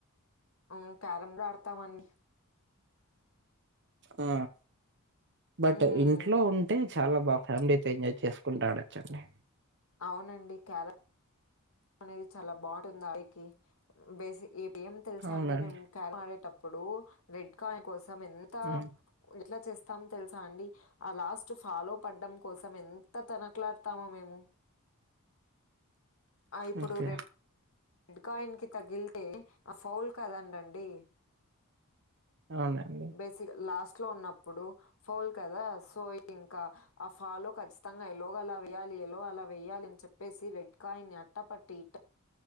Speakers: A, on the left; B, on the right.
A: మ్ క్యారమ్స్ ఆడతామండి
B: ఆ బట్
A: మ్మ్
B: ఇంట్లో ఉంటే చాలా బా ఫ్యామిలీ ఎంజాయ్ చేసుకుంటా ఆడచండి
A: అవునండి క్యారమ్ అనేది చాలా బావుంటుంది ఆడ్నికి బేసి ఏం తెలుసా
B: అవునండి
A: అండి మేము క్యారయ్ ఆడేటప్పు ప్పుడు రెడ్ కాయన్ కోసం ఎంత
B: ఉమ్
A: ఎట్లా చేస్తాం తెలుసా అండి ఆ లాస్ట్ ఫాలో పడ్డం కోసం ఎంత తనకలాడ్తమో మేము ఆ ఇప్పుడు
B: ఓకే
A: రెడ్ రెడ్కాయిన్కి తగిలితే ఆ ఫౌల్ కదండండి
B: అవునండి
A: బేసిక్ లాస్ట్ ట్లో ఉన్నప్పుడు ఫౌల్ కదా సో ఇంకా ఆ ఫాలో ఖచ్చితంగా ఎలోగా అలా వేయాలి ఎలో అలా వెయాలి అని చెప్పేసి రెడ్ కాయన్ని అట్టపట్టి ఇట్ట